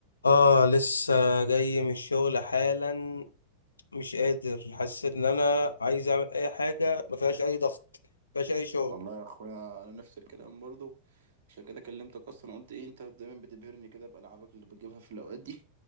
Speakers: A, on the left (about 75°); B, on the right (about 55°).
A: اه لسه جاي من الشغل حالا مش قادر حسيت ان انا عايز اعمل اي حاجه ما فيهاش اي ضغط ما فيهاش اي شغل
B: والله يا اخويا انا نفس الكلام برضو عشان كده كلمتك اصلا قلت ايه انت دايما بتبهرني كده بالعابك اللي بتجيبها في الاوقات دي